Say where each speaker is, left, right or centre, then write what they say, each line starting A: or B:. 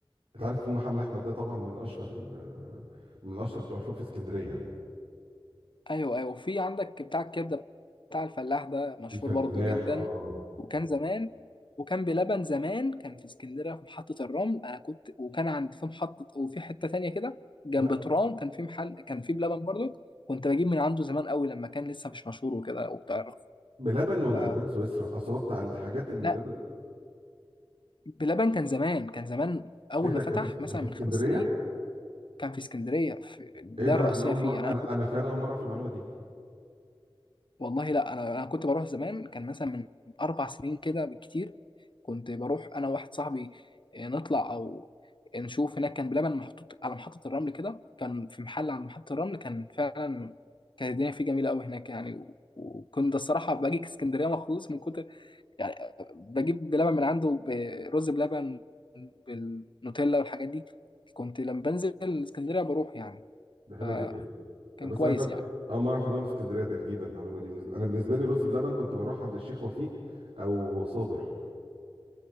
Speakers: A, on the right; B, on the left.
A: انت عارف فول محمد احمد ده طبعا من اشهر ال- من اشهر بتوع الفول في اسكندريه يعني
B: ايوه ايوه في عندك بتاع الكبده بتاع الفلاح ده مشهور
A: الفلاح
B: برضو جدا
A: اه
B: وكان زمان وكان بلبن زمان كان في اسكندريه في محطه الرمل انا كنت وكان عند في محطه وفي حته تانية كده جنب
A: لا
B: ترام كان في محل كان في بلبن برضو كنت بجيب من عنده زمان قوي لما كان لسه مش مشهور وكده وبتعرف
A: بلبن ولا
B: ف-
A: البان سويسرا اصل هو بتاع الحاجات اللي
B: لا
A: لبن
B: بلبن كان زمان كان زمان اول
A: ايه ده
B: ما
A: كان
B: فتح
A: في
B: مثلا
A: كان في
B: من
A: اسكندريه
B: خمس سنين كان في اسكندريه في البدايه
A: ايه ده
B: الرئيسيه
A: انا اول
B: فيه
A: مره
B: يعني
A: انا انا فعلا اول مره اعرف المعلومه دي
B: والله لا انا انا كنت بروح زمان كان مثلا من اربع سنين كده بالكتير كنت بروح انا وواحد صاحبي آه، نطلع او نشوف هناك كان بلبن محطوط على محطة الرمل كده كان في محل عند محطة الرمل كان فعلا كانت الدنيا فيه جميلة قوي هناك يعني و- وكنت الصراحة باجي اسكندرية مخصوص من كتر يعني بجيب بلبن من عنده برز بلبن بالنوتيلا والحاجات دي كنت لما بنزل اسكندرية بروح يعني
A: ده حلو
B: فكان
A: جدا بس
B: كويس
A: انا فعلا
B: يعني
A: اول مره اعرف ان هو من اسكندريه ده جديده المعلومه دي بالنسبه انا بالنسبه لي رز بلبن كنت بروح عند الشيخ وفيق او صابر